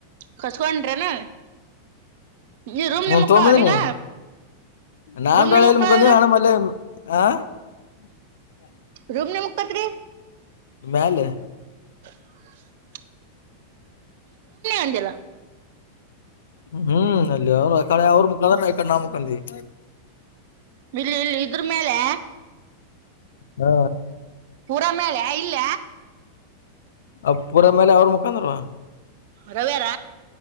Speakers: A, on the right (about 50°); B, on the left (about 65°).
A: ಕಸ್ಕೊಂಡ್ರೇನ ನೀ ರೂಮ್
B: ಹೂ
A: ನಿಮ್ಮಕ್ಕ
B: ತೊಗೊಂಡು ಬಂದಿನ್
A: ನೀಗ
B: ನಾನಟಳೆಯಲ್ಲಿ
A: ರೂಮ್ ನಿಮ್ಮಕ್ಕ
B: ಮುಗಂದ
A: ಈಗ
B: ಹಾನ ಮಲ್ಲ ಹ <unintelligible>
A: ರೂಮ್ನಾಗ ಮಲ್ಕೊಳ್ತೀರಾ
B: ಮೇಲೆ
A: ಹ <unintelligible> ಅಂದಿಲ್ಲ
B: ಹ್ಮ್ ಅಲ್ಲಿ ಅವ ಆಕಡೆ ಅವ್ರ್ ಮಲ್ಕೊಂಡ್ರೆ ಈ ಕಡೆ ನಾವು ಮಲಗ್ತೀವಿ
A: ಇಲ್ಲಿ ಇಲ್ಲಿ ಇದ್ರ ಮೇಲೆ
B: ಹ್ಮ
A: ಪೂರಾ ಮೇಲೆ ಇಲ್ಲ
B: ಅ ಪುರ ಮೇಲೆ ಅವ್ರ್ ಮಲ್ಕೊಳ್ತಾರೆ
A: ರವಿ ಅವರ